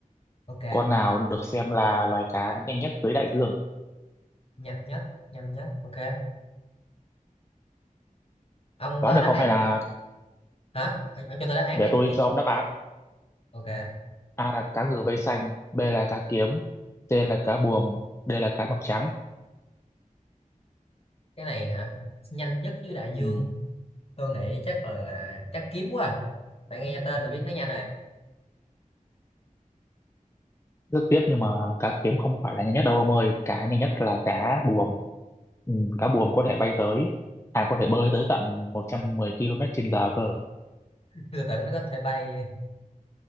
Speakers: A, on the left; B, on the left.
A: Ok,
B: Con nào được xem là loài cá nhanh nhất dưới đại dương?
A: nhanh nhất, nhanh nhất. Ok. Ông
B: Đoán
A: có
B: được
A: đáp
B: không
A: án
B: hay là
A: hả? Ờ, Ông cho tôi đáp án
B: để
A: đi
B: tôi
A: chứ
B: cho
A: tôi
B: ông đáp án?
A: Ok,
B: A là cá ngừ vây xanh, B là cá kiếm, C là cá buồm, D là cá mập trắng.
A: cái này hả? Nhanh nhất dưới đại dương.
B: Ừ,
A: Tôi nghĩ chắc là chắc kiếm quá. à. Tại nghe tên là biết nó nhanh rồi.
B: rất tiếc nhưng mà cá kiếm không phải là nhanh nhất đâu ông ơi cá nhanh nhất là cá buồm ừ, cá buồm có thể bay tới à có thể bơi tới tận 110 km trên giờ cơ
A: <laughs> Tôi tưởng nó có thể bay